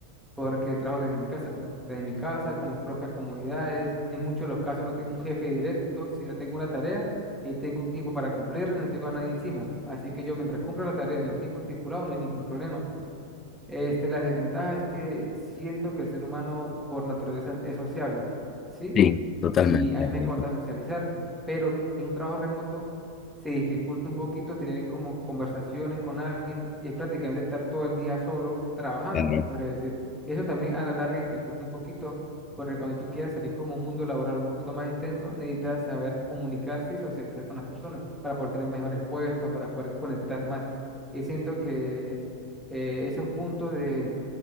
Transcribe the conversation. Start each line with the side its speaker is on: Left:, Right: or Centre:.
Centre: porque trabajo desde mi casa, desde mi casa, con mis propias comodidades. En muchos de los casos no tengo un jefe directo, sino tengo una tarea y tengo un tiempo para cumplirla y no tengo a nadie encima. Así que yo mientras cumplo la tarea en el tiempo estipulado no hay ningún problema. Este, la desventaja es que siento que el ser humano por naturaleza es sociable, ¿sí?
Left: Sí, totalmente.
Centre: y a
Left: de
Centre: mí me encanta
Left: acuerdo,
Centre: socializar, pero en un trabajo remoto se dificulta un poquito tener como conversaciones con alguien y es prácticamente estar todo el día solo trabajando,
Left: Claro.
Centre: se podría decir. Y eso también a la larga dificulta un poquito, porque cuando tú quieras salir como un mundo laboral un poquito más extenso, necesitas saber comunicarse y socializar con las personas para poder tener mejores puestos, para poder conectar más. Y siento que eh, esos puntos de,